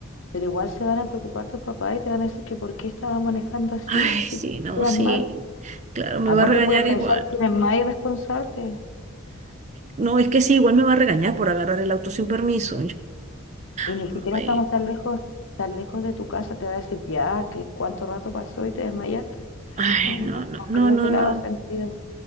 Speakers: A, on the left; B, on the right.
A: pero igual se van a preocupar tus papás y te van a decir que por qué estabas manejando así,
B: Ay, sí,
A: si te sentías
B: no, sí,
A: mal.
B: claro, me
A: Aparte
B: va a regañar
A: pueden
B: igual.
A: pensar que eres más irresponsable
B: No, es que sí, igual me va a regañar por agarrar el auto sin permiso.
A: y ni
B: <laughs>
A: siquiera
B: Ay,
A: estamos tan lejos, tan lejos de tu casa, te va a decir ya, que cuánto rato pasó y te desmayaste.
B: ay,
A: No, no,
B: no,
A: no
B: no, no,
A: creo
B: no,
A: que le
B: no.
A: haga sentido.